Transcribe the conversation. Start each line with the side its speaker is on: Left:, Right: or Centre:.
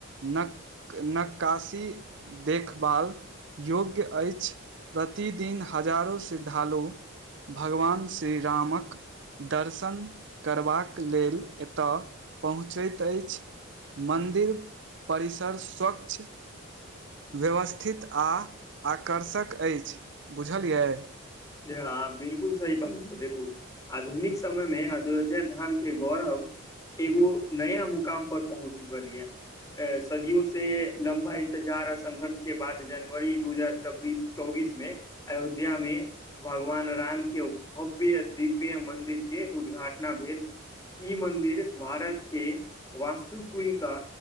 Right: नक नक्काशी देखपाल। योग्य अछि प्रतिदिन हजारो श्रद्धालु। भगवान श्री रामक दर्श र्शन करबाक लेल एतय पहुँचैत एइछ। मन्दिर परिसर स्वच्छ व्यवस्थित आ आकर्षक अछि बुझलियै?
Left: से अहाॅं बिल्कुल सही बात बतेलू। आधुनिक समय में अयोध्या धान के गौरव। एगो नया मुकाम पर पहुँच चुकल या। सदियों से लम्बा इंतजार आ संघर्ष के बाद जनवरी दू हजार छब्बीस चौबीस में अयोध्या में भगवान राम के भव्य दिव्य मंन्दिर के उदघाटना भेल। इ मन्दिर भारत के वास्तुपुलिका